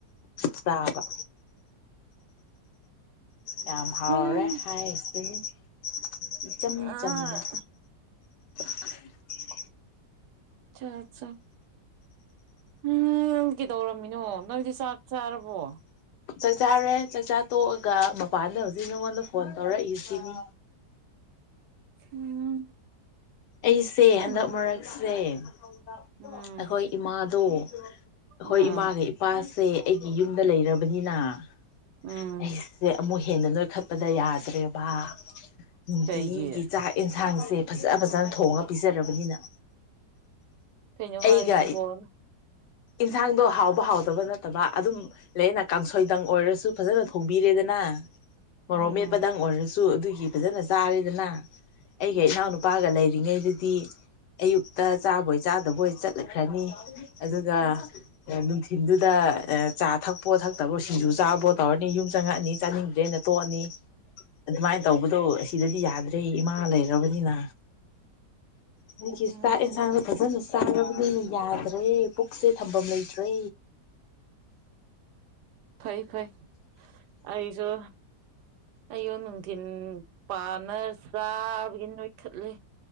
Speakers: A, on the left (about 75°); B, on the right (about 75°).
A: ꯆꯥꯕ ꯌꯥꯝ ꯍꯥꯎꯔꯦ
B: ꯎꯝ
A: ꯍꯥꯏꯔꯤꯁꯤꯅꯤ ꯏꯆꯝ
B: ꯑ
A: ꯆꯝꯅ <inaudible>
B: ꯑ ꯑ ꯎꯝ ꯅꯪ ꯀꯩꯗꯧꯔꯝꯃꯤꯅꯣ ꯅꯪꯗꯤ ꯆꯥꯛ ꯆꯥꯔꯕꯣ
A: ꯆꯥꯛꯆꯥꯔꯦ ꯆꯥꯛꯆꯥ ꯇꯣꯛꯑꯒ ꯃꯄꯥꯟꯗ ꯍꯧꯖꯤꯛ ꯅꯉꯣꯟꯗ ꯐꯣꯟ ꯇꯧꯔꯛꯏꯁꯤꯅꯤ
B: ꯎꯝ
A: ꯑꯩꯁꯦ
B: ꯈꯪ
A: ꯍꯟꯗꯛ ꯃꯔꯛꯁꯦ <unintelligible>
B: ꯎꯝ
A: ꯑꯩꯈꯣꯏ ꯏꯃꯥꯗꯣ ꯑꯩꯈꯣꯏ
B: ꯎꯝ
A: ꯏꯃꯥꯒ ꯏꯄꯥꯁꯦ ꯑꯩꯒꯤ ꯌꯨꯝꯗ ꯂꯩꯔꯕ ꯕꯅꯤꯅ <unintelligible>
B: ꯎꯝ
A: ꯑꯃꯨꯛ ꯍꯦꯟꯅ ꯂꯣꯏꯈꯠꯄꯗ ꯌꯥꯗ꯭ꯔꯦꯕ ꯅꯨꯡꯇꯤꯒꯤ
B: ꯀꯩꯒꯤ
A: ꯆꯥꯛ ꯌꯦꯟꯁꯥꯡꯁꯦ ꯐꯖꯥ ꯐꯖꯅ ꯊꯣꯡꯉ ꯄꯤꯖꯔꯕꯅꯤꯅ
B: ꯀꯩꯅꫭ
A: ꯑꯩꯒ
B: ꯍꯥꯏꯁꯤꯕꫭ
A: ꯏꯟꯁꯥꯡꯗꯣ ꯍꯥꯎꯕ ꯍꯥꯎꯇꯕ ꯅꯠꯇꯕ ꯑꯗꯨꯝ ꯂꯩꯗꯅ ꯀꯥꯡꯁꯣꯏꯗꯪ ꯑꯣꯏꯔꯁꯨ ꯐꯖꯅ ꯊꯣꯡꯕꯤꯔꯦꯗꯅ ꯃꯣꯔꯣꯛ
B: ꯎꯝ
A: ꯃꯦꯠꯄꯗꯪ ꯑꯣꯏꯔꯁꯨ ꯑꯗꯨꯒꯤ ꯐꯖꯅ ꯆꯥꯔꯤꯗꯅ ꯑꯩꯒ
B: ꯎꯝ
A: ꯏꯅꯥꯎꯅꯨꯄꯥꯒ ꯂꯩ ꯇꯔꯤꯉꯩꯗꯗꯤ ꯑꯌꯨꯛꯇ ꯆꯥꯕꯣꯏ ꯆꯥꯗꯕꯣꯏ ꯆꯠꯂꯈ꯭ꯔꯅꯤ ꯑꯗꯨꯒ ꯅꯨꯡꯊꯤꯟꯗꯨꯗ ꯆꯥ ꯊꯛꯄꯣ ꯊꯛꯇꯕꯣ ꯁꯤꯡꯖꯨ ꯆꯥꯕꯣ ꯇꯧꯔꯅꯤ ꯌꯨꯝ ꯆꯪꯉꯛꯑꯅꯤ ꯆꯥꯅꯤꯡꯗ꯭ꯔꯦꯅ ꯇꯣꯛꯅꯤ ꯑꯗꯨꯃꯥꯏꯅ ꯇꯧꯕꯗꯣ ꯑꯁꯤꯗꯗꯤ ꯌꯥꯗ꯭ꯔꯦ ꯏꯃꯥ ꯂꯩꯔꯕꯅꯤꯅ ꯥ ꯅꯤꯀꯤꯁ
B: ꯎꯝ
A: ꯇꯥꯛ ꯏꯟꯁꯥꯟꯗꫭ ꯐꯖꯅ ꯆꯥꯔꯕꯅꯤꯅ ꯌꯥꯗ꯭ꯔꯦ ꯄꯨꯛꯁꯦ ꯊꯝꯐꯝ ꯂꯩꯇ꯭ꯔꯦ꯫
B: ꯐꯩ ꯐꯩ ꯑꯩꯁꯨ ꯑꯌꯨꯛ ꯅꯨꯡꯊꯤꯟ ꯄꯥ ꯅ ꯆꯥꯕꯒꯤ ꯅꫭꯏ ꯊꯠꯂꯤ